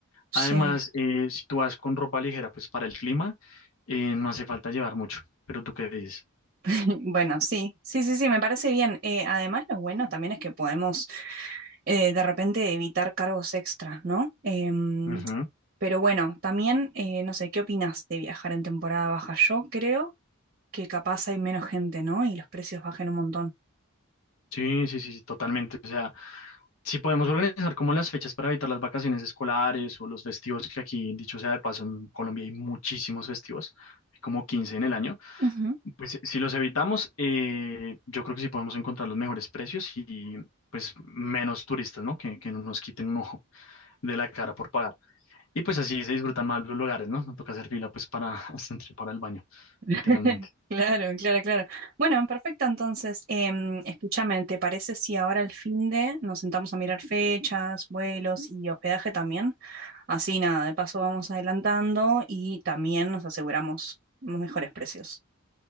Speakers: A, on the right (about 45°); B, on the left (about 70°).
A: sí.
B: Además, eh, si tú vas con ropa ligera, pues para el clima, eh, no hace falta llevar mucho. Pero tú qué dices.
A: <laughs> Bueno, sí, sí, sí, sí, me parece bien. Eh, además, lo bueno también es que podemos eh, de repente evitar cargos extras, ¿no? Em,
B: Ujú.
A: Pero bueno, también, eh, no sé, ¿qué opinas de viajar en temporada baja? Yo creo que capaz hay menos gente, ¿no? Y los precios bajen un montón.
B: Sí, sí, sí, sí, totalmente. O sea, si podemos organizar como las fechas para evitar las vacaciones escolares o los festivos, que aquí, dicho sea de paso, en Colombia hay muchísimos festivos, hay como 15 en el año,
A: Ujú.
B: pues si los evitamos, eh, yo creo que sí podemos encontrar los mejores precios y pues menos turistas, ¿no? Que, que no nos quiten un ojo de la cara por pagar. Y pues así se disfrutan más los lugares, ¿no? No toca hacer fila pues para <laughs> hasta entrar para el baño,
A: <laughs>
B: literalmente.
A: Claro, claro, claro. Bueno, perfecto. Entonces, em, escúchame, ¿te parece si ahora al fin de nos sentamos a mirar fechas, vuelos y hospedaje también? Así nada, de paso vamos adelantando y también nos aseguramos los mejores precios.